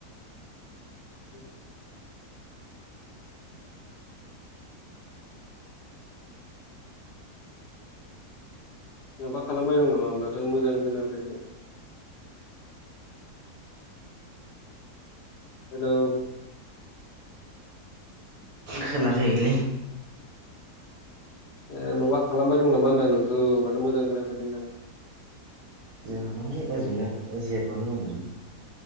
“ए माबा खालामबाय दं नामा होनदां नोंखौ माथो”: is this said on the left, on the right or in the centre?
Left